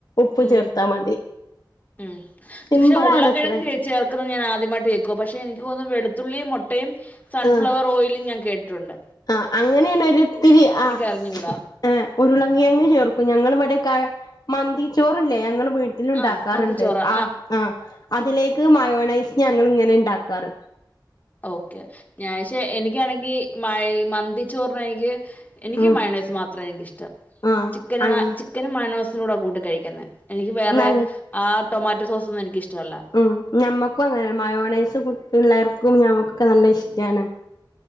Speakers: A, on the left; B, on the left.
A: ഉപ്പ്
B: ഉം
A: ചേർത്താ മതി
B: ഉം.
A: സിമ്പിൾ
B: പക്ഷെ ഉള്ളംകിഴങ്ങ്
A: ആണത്രേ
B: ചേർക്കുന്നത് ഞാനആദ്യമായിട്ട് കേൾക്കുവ പക്ഷെ എനിക്ക് തോന്ന് വെളുത്തുള്ളിയും മൊട്ടയും സൺഫ്ലവർ
A: ആഹ്
B: ഓയിലും ഞാൻ കേട്ട്ട്ടുണ്ട്.
A: ആഹ് അങ്ങനേണ് ഒരിത്തിരി ആഹ്
B: അറിഞ്ഞൂടാ
A: ഉരുളങ്കിഴങ്ങ് ചേർക്കും ഞങ്ങള് വടെ കാ മന്തിച്ചോറ്ല്ലേ ഞങ്ങള് വീട്ട ലുണ്ടാക്കാറ്ണ്ട്
B: ആഹ് മന്തിച്ചോറ്
A: ആഹ് ആഹ് അതിലേക്ക് മയോണൈസ് ഞങ്ങള് ഇങ്ങനെണ്ടാക്കാറ്.
B: ഓക്കെ ഞാഷേ എനിക്കാണെങ്കി മയി മന്തിച്ചോർണെനിക്ക് എനിക്ക്
A: ഉം
B: മയോണൈസ് മാത്ര എനിക്ക് ഇഷ്ടം
A: ആഹ്
B: ചിക്കന്
A: അങ്ങനെ
B: ചിക്കനും മയണോസിനൂടെ കൂട്ട് കഴിക്കുന്നേ. എനിക്ക് വേറെ
A: നല്ല
B: ആ ടൊമാറ്റോ സോസൊന്നും എനിക്കിഷ്ടല്ല.
A: ഉം ഞമ്മക്കും അങ്ങനെ മയോണൈസ് കു പിള്ളേർക്കും ഞമ്മക്കൊക്ക നല്ല ഇഷ്ടാണ്.